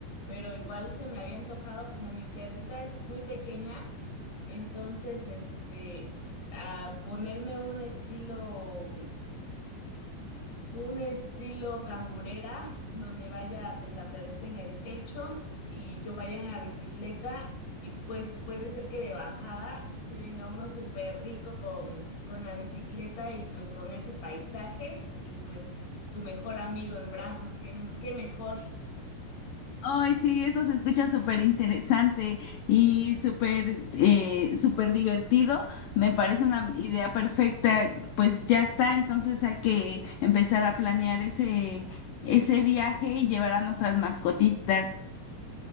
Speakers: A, on the left; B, on the left.
A: pero igual se me había antojado como mi perrita es muy pequeña, entonces este, a ponerme un estilo Un estilo cangurera, donde vaya pues la perrita en el pecho y yo vaya en la bicicleta y pues puede ser que de bajada se venga uno súper rico con, con la bicicleta y pues con ese paisaje y pues tu mejor amigo en brazos, qué, qué mejor.
B: Ay, sí, eso se escucha súper interesante y súper eh, súper divertido. Me parece una idea perfecta. Pues ya está, entonces hay que empezar a planear ese, ese viaje y llevar a nuestras mascotitas.